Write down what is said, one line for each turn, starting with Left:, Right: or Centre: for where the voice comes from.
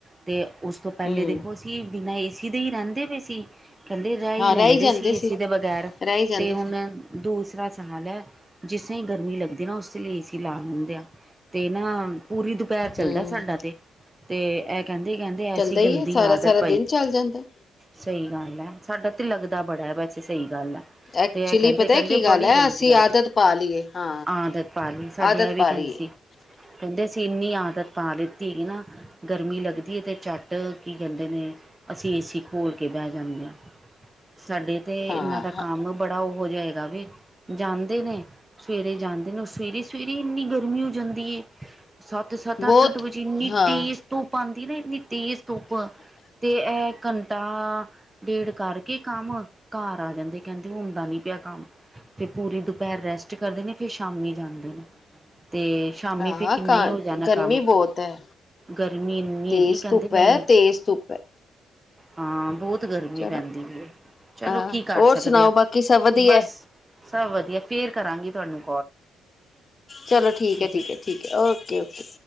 Right: ਤੇ ਉਸ ਤੋਂ ਪੈਲੇ
Left: ਹਮ
Right: ਦੇਖੋ ਅਸੀਂ ਬਿਨਾਂ ਏਸੀ ਦੇ ਈ ਰੈੰਦੇ ਪੇ ਸੀ। ਕੈੰਦੇ ਰੈ ਈ
Left: ਹਾਂ
Right: ਲੈਂਦੇ
Left: ਰਹਿ ਹੀ ਜਾਂਦੇ
Right: ਸੀ ਏ ਸੀ ਦੇ ਬਗ਼ੈਰ
Left: ਰਹਿ ਹੀ ਜਾਂਦੇ
Right: ਤੇ ਹੁਣ
Left: ਸੀ
Right: ਦੂਸਰਾ ਸਾਲ ਐ, ਜਿਸਰਾ ਈ ਗਰਮੀ ਲੱਗਦੀ ਏਨਾ ਉਸੇ ਲੀ ਏਸੀ ਲਾ ਲਿੰਦੇ ਆ। ਤੇ ਨਾ ਪੂਰੀ ਦੁਪੈਰ ਚੱਲਦੈ
Left: ਹਮ
Right: ਸਾਡਾ ਤੇ। ਤੇ ਐ ਕੈਂਦੇ ਕੈਂਦੇ ਐਸੀ
Left: ਚੱਲਦਾ ਹੀ
Right: ਗੰਦੀ
Left: ਹੈ ਸਾਰਾ
Right: ਆਦਤ
Left: ਸਾਰਾ ਦਿਨ ਚੱਲ ਜਾਂਦਾ
Right: ਸਈ ਗੱਲ ਐ। ਸਾਡਾ ਤੇ ਲੱਗਦਾ ਬੜਾ ਐ ਵੈਸੇ ਸਈ ਗੱਲ ਐ।
Left: ਐਕਚੁਲੀ
Right: ਤੇ ਐ ਕੈਂਦੇ
Left: ਪਤਾ
Right: ਕੇਂਦੇ
Left: ਕੀ ਗੱਲ
Right: ਬੜੀ
Left: ਹੈ
Right: ਗੰਦੀ
Left: ਅਸੀਂ
Right: ਆਦਤ
Left: ਪਾ ਲਈਏ ਹਾਂ
Right: ਆਦਤ ਪਾ ਲੀ। ਸਾਡੇ
Left: ਆਦਤ
Right: ਐ ਵੀ
Left: ਪਾ ਲਈਏ
Right: ਕੈਂਦੇ ਸੀ। ਕੈਂਦੇ ਅਸੀ ਇੰਨੀ ਆਦਤ ਪਾ ਲਿਤੀ ਹੈਗੀ ਨਾ ਗਰਮੀ ਲੱਗਦੀ ਏ ਤੇ ਝੱਟ ਕੀ ਕੇਂਦੇ ਨੇ ਅਸੀ ਏ ਸੀ ਖੋਲ ਕੇ ਬੈ ਜਾਂਨੇ ਆਂ। ਸਾਡੇ ਤੇ ਏਨਾਂ
Left: ਹਾਂ
Right: ਦਾ
Left: ਹਾਂ
Right: ਕੰਮ ਬੜਾ ਓਹੋ ਜਾ ਹੈਗਾ ਵੇ, ਜਾਂਦੇ ਨੇ ਸਵੇਰੇ ਜਾਂਦੇ ਨੇ ਓ ਸਵੇਰੇ ਸਵੇਰੇ ਇੰਨੀ ਗਰਮੀ ਹੋ ਜਾਂਦੀ ਏ। ਸੱਤ ਸੱਤ
Left: ਬਹੁਤ
Right: ਅੱਠ ਅੱਠ ਵਜੇ ਏਨੀ
Left: ਹਾਂ
Right: ਤੇਜ਼ ਧੁੱਪ ਆਦੀਂ ਏਨਾ ਏਨੀ ਤੇਜ਼ ਧੁੱਪ ਤੇ ਐ ਘੰਟਾ ਡੇਢ ਕਰਕੇ ਕੰਮ ਘਰ ਆ ਜਾਂਦੇ ਕੈਂਦੇ ਹੁੰਦਾ ਨੀ ਪੇਆ ਕੰਮ। ਤੇ ਪੂਰੀ ਦੁਪੈਰ ਰੈਸਟ ਕਰਦੇ ਨੇ ਫੇਰ ਸ਼ਾਮੀ ਜਾਂਦੇ ਨੇ। ਤੇ ਸ਼ਾਮੀ
Left: ਹਾਂ
Right: ਫੇਰ ਕਿੰਨਾ
Left: ਕ
Right: ਈ ਹੋ ਜਾਨਾ
Left: ਗਰਮੀ
Right: ਕੰਮ।
Left: ਬਹੁਤ ਹੈ
Right: ਗਰਮੀ ਇੰਨੀ
Left: ਤੇਜ਼
Right: ਹੈਗੀ ਕੈਂਦੇ
Left: ਧੁੱਪ
Right: ਨਈ।
Left: ਹੈ ਤੇਜ਼ ਧੁੱਪ ਹੈ
Right: ਹਾਂ ਬੋਤ ਗਰਮੀ
Left: ਚਲੋ
Right: ਪੈਂਦੀ ਪੀ ਏ‌। ਚਲੋ
Left: ਹਾਂ
Right: ਕੀ ਕਰ
Left: ਹੋਰ
Right: ਸਕਦੇ
Left: ਸੁਣਾਓ
Right: ਆ
Left: ਬਾਕੀ ਸਭ ਵਧੀਆ
Right: ਬਸ। ਸਭ ਵਧੀਆ ਫੇਰ ਕਰਾਂਗੀ ਤੁਆਨੂੰ।
Left: ਚਲੋ ਠੀਕ ਐ,
Right: ਜੀ
Left: ਠੀਕ ਐ, ਠੀਕ ਐ। Okay okay.